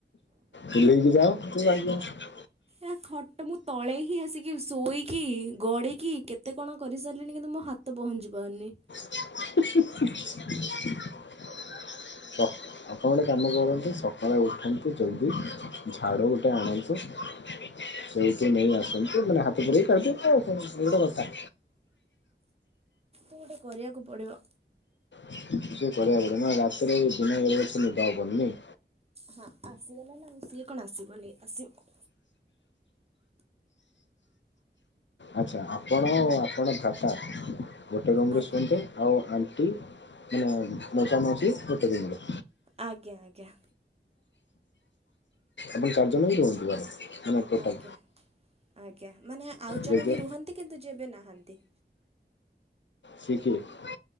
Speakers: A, on the left (about 85°); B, on the right (about 35°).
A: ଲେଇକି ଯାଅ <unintelligible>
B: ଏ ଖଟ ମୁଁ ତଳେ ହିଁ ଆସିକି ଶୋଇକି ଗଡ଼ିକି କେତେ କଣ କରିସାରିଲିଣି କିନ୍ତୁ ମୋ ହାତ ତ ପହଞ୍ଚିପାରୁନି।
A: <inaudible> ହ। ଆପଣ ଗୋଟେ କାମ କରନ୍ତୁ ସକାଳେ ଉଠାନ୍ତୁ ଜଲ୍ଦି ଝାଡୁ ଗୋଟେ ଆଣନ୍ତୁ। ସେଇଠି ନେଇ ଆସନ୍ତୁ ମାନେ ହାତ ପଡି କାଢଦିବୁ ଆ ଏଇଟା କଥା।
B: କଣ ଗୋଟେ କରିବାକୁ ପଡ଼ିବ।
A: ସେ କରିବା ପଡିବ ନା ରାତିରେ ଦନା ନିଦ ହବନି ନେଇ।
B: ହଁ ଆସିଗଲା ନା ଆଉ ସିଏ କଣ ଆସିବନି ଆସିବ।
A: ଆଚ୍ଛା ଆପଣ ଆପଣଙ୍କ ବାପା ଗୋଟେ ରୁମ୍ରେ
B: ଆଜ୍ଞା
A: ଶୁଅନ୍ତୁ। ଆଉ ଆଣ୍ଟି ମାନେ ମଉସା ମାଉସୀ ଗୋଟେ ରୁମରେ।
B: ଆଜ୍ଞା ଆଜ୍ଞା।
A: ଆପଣ ଚାରିଜଣ ହି ରୁହନ୍ତି ଘରେ? ମାନେ ଟୋଟାଲ
B: ଆଜ୍ଞା ଆଜ୍ଞା ମାନେ ଆଉ ଜଣେ
A: ଜେଜେ
B: ବି ରୁହନ୍ତି କିନ୍ତୁ ଯେ ଏବେ ନାହାନ୍ତି।
A: ସିଏ କିଏ?